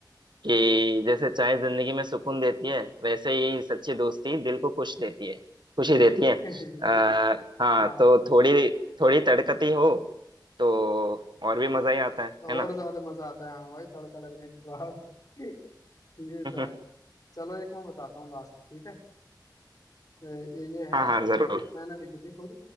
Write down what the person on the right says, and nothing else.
कि जैसे चाय जिंदगी में सुकून देती है वैसे ही सच्ची दोस्ती दिल को खुश देती है खुशी देती है
आ, हाँ
तो थोड़ी थोड़ी तड़कती हो तो और भी मजा ही आता है
है ना
<laughs>
हाँ हाँ
जरूर